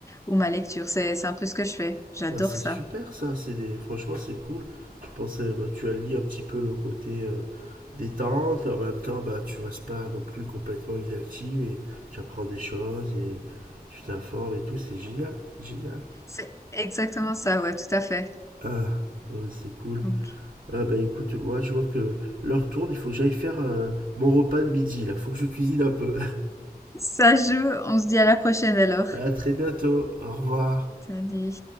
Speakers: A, on the left; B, on the right.
A: ou ma lecture. C'est, c'est un peu ce que je fais. J'adore
B: bah, c'est
A: ça.
B: super ça, c'est des... franchement, c'est cool. Je pensais, bah, tu allies un petit peu le côté euh, détente, et en même temps, bah, tu restes pas non plus complètement inactive, et tu apprends des choses, et tu t'informes et tout, c'est génial, génial.
A: C'est exactement ça, ouais, tout à fait.
B: Ah, ouais, c'est cool.
A: Donc,
B: Ah, bah écoute, moi, je vois que l'heure tourne, il faut que j'aille faire euh, mon repas de midi, là, faut que je cuisine un peu.
A: ça joue. On se dit à la prochaine alors.
B: <laughs> À très bientôt, au revoir.
A: Salut.